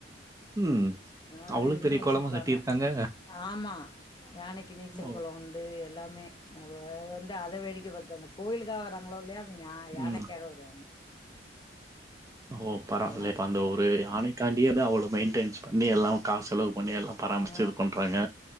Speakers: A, on the right; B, on the left.
A: ம்.
B: அது
A: அவ்வளோ
B: இதுன்னு
A: பெரிய
B: வச்சிருப்பாங்க
A: குளமா கட்டியிருக்காங்க.
B: ஆமா யானைக்கி நீச்சல்
A: ஓ!
B: குளோ உண்டு எ எல்லாமே <unintelligible> வந்து அத வேடிக்க பாத்து அந்த கோயிலுக்காக வராங் ங்களோ இல்லையா இங்க யா யானைக்காக
A: ம்.
B: வருவாங்க
A: ஓ
B: ம்
A: பரவால்யே
B: மன்னார்குடியில
A: இப்ப அந்த ஒரு யாணைக்காண்டியே அவ்ளோ மெயின்டேய்ஸ் பண்ணி எல்லா காஸ் செலவு பண்ணி எல்லாம் பராமரிச்சு
B: அ
A: இது பண்றாங்க.